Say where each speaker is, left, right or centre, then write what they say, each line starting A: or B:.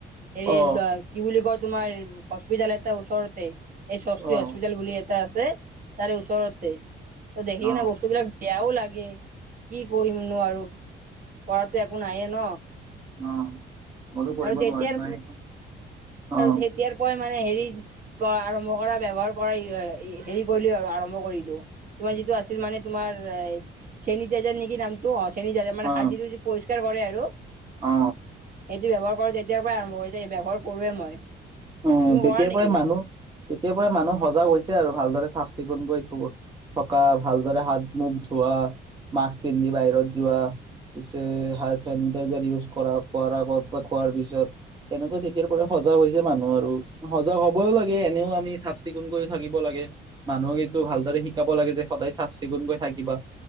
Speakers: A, on the right (about 45°); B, on the right (about 20°).
A: হেৰি
B: অ
A: কি বুলি কয় তোমাৰ হস্পিতাল এটা ওচৰতে এই সস্তি
B: অ অ
A: হস্পিতাল বুলি এটা আছে। তাৰে ওচৰতে, ত দেখি
B: অ
A: কি ন বস্তুবিলাক <inaudible> এও লাগে, কি কৰিমনো আৰু কৰাটো একো নায়েই ন।
B: অ মইতো কৰিব
A: আৰু তেতিয়াৰ
B: নোৱাৰিম ন সেইটো অ
A: তেতিয়াৰ প মানে হেৰি কৰা আৰম্ভ কৰা, ব্যৱহাৰ কৰা হে হেৰি কৰিলো আৰু আৰম্ভ কৰিলো। তোমাৰ যিটো আছিল মানে তোমাৰ চেনিটাইজাৰ নেকি নামটো অ চেনিটাইজাৰ মানে
B: অ
A: হাত যিটো প ৰ কৰে আৰু
B: অ।
A: এইটো ব্যৱহাৰ কৰোঁ তেতিয়াৰ পৰাই আৰম্ভ কৰি যে ব্যৱহাৰ কৰোৱেই মই।
B: অ
A: তুমি
B: যেতিয়াৰ
A: কৰা নেকি
B: পৰাই মানুহ তেতিয়াৰ পৰা মানুহ সজাগ হৈছে। তে আৰু ভালদৰে চাফ -চিকুণ কৰি থ থকা, ভালদৰে হাত- মুখ ধোৱা, মাস্ক পিন্ধি বাহিৰত যোৱা পিছে চেনিটাইজাৰ ইউজ কৰা খোৱাৰ আগত বা খোৱাৰ পিছত তেনেকুৱা তেতিয়াৰ পৰা সজাগ হৈছে মানুহ আৰু সজাগ হবও লাগে এনেও আমি চাফ চিকুণ কৰিও থাকিব লাগে মানুহক এইটো ভালদৰে শিকাব লাগে যে সদায় চাফ -চিকুণকৈ থাকিবা।